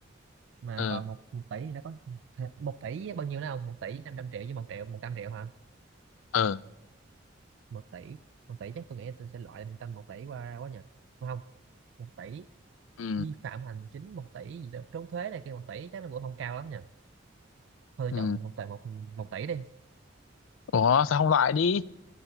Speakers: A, on the right; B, on the left.
A: Mà
B: ờ
A: còn một một tỷ thì nó có một tỷ với bao nhiêu nữa không? Một tỷ 500 triệu với một triệu 100 triệu hả?
B: ờ
A: một tỷ một tỷ chắc tôi nghĩ là tôi sẽ loại tầm một tỷ qua ra quá nhỉ Đúng không một tỷ
B: ừ
A: vi phạm hành chính một tỷ gì đó trốn thuế này kia một tỷ chắc nó cũng không cao lắm nhỉ thôi tôi
B: ừ
A: chọn một tỷ một một tỷ đi
B: ủa sao không loại đi